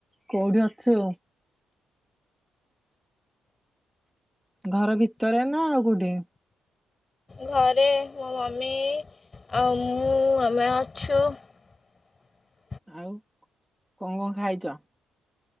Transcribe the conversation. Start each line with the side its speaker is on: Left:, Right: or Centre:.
Centre: କୋଉଠି ଅଛୁ? ଘର ଭିତରେ ନା ଆଉ କୋଉଠି?
Left: ଘରେ ମୋ ମମି ଆଉ ମୁଁ ଆମେ ଅଛୁ <unintelligible>
Centre: ଆଉ କଣ କଣ ଖାଇଛ?